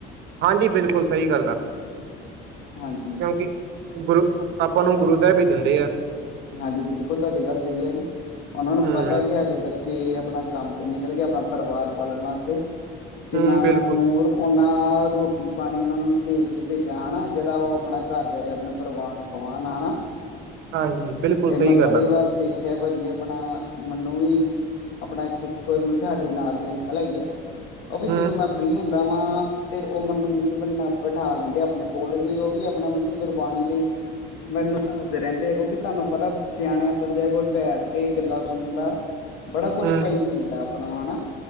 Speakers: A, on the right (about 60°); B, on the left (about 70°).
A: ਹਾਂਜੀ ਬਿਲਕੁਲ ਸਹੀ ਗੱਲ ਆ ਕਿਉਂਕਿ
B: ਹਾਂਜੀ
A: ਗੁਰੂ ਆਪਾਂ ਨੂੰ ਗੁਰੂ ਸਾਹਿਬ ਹੀ ਦਿੰਦੇ ਆ
B: ਹਾਂਜੀ ਬਿਲਕੁਲ ਤੁਹਾਡੀ ਗੱਲ ਸਹੀ ਹੈਗੀ ਉਹਨਾਂ ਨੂੰ
A: ਹੂੰ,
B: ਪਤਾ ਕੀ ਸਾਡੇ ਬੱਚੇ ਤੇ ਆਪਣਾ ਕੰਮ ਤੇ ਨਿਕਲ ਗਿਆ ਆਪਣਾ ਪਰਿਵਾਰ ਪਾਲਣ ਵਾਸਤੇ <unintelligible> ਉਹਨਾਂ
A: ਹੂੰ ਬਿਲਕੁਲ
B: ਰੋਟੀ ਪਾਣੀ ਉਹਨਾਂ ਨੂੰ ਦੇ ਕੇ ਭੇਜਾ ਹੈਨਾ ਜਿਹੜਾ ਉਹ ਆਪਣਾ ਘਰ ਗਏ ਆਪਣੇ ਪਰਿਵਾਰ ਨੂੰ ਖੁਆਉਣ ਆਣਾ
A: ਹਾਂਜੀ ਬਿਲਕੁਲ
B: ਇਹ
A: ਸਹੀ
B: ਮੈਂ
A: ਗੱਲ
B: ਬੜੀ
A: ਆ
B: ਵਾਰ ਦੇਖਿਆ ਭਾਜੀ ਆਪਣਾ ਮੈਨੂੰ ਵੀ ਕਿ ਆਪਣਾ ਕਿਸ ਕੋਲ ਮਤਲਬ ਕਿ ਸਾਡੇ ਨਾਲ ਦੇ ਅੰਕਲ ਹੈਗੇ ਆ ਉਹ ਵੀ ਜਦੋਂ
A: ਹੂੰ,
B: ਮੈਂ ਫ੍ਰਰੀ ਹੁੰਦਾ ਵਾ ਤੇ ਉਹ ਮੈਨੂੰ ਮਤਲਬ ਵੀ ਬਿਠਾ ਲੈਂਦੇ ਆਪਣੇ ਕੋਲ ਵੀ ਉਹ ਵੀ ਆਪਣਾ ਮਤਲਬ ਕਿ ਗੁਰਬਾਣੀ ਦੇ ਮੈਨੂੰ ਦੱਸਦੇ ਰਹਿੰਦੇ ਹੈ ਕਿਉਂਕਿ। ਤੁਹਾਨੂੰ ਪਤਾ ਸਿਆਣਿਆਂ ਬੰਦਿਆਂ ਕੋਲ ਬੈਠ ਕੇ ਗੱਲਾਂ ਸੁਣਨ ਦਾ ਬੜਾ ਕੁਛ
A: ਹੂੰ
B: ਭਾਈ ਮਿਲਦਾ ਆਪਣਾ ਹੈਨਾ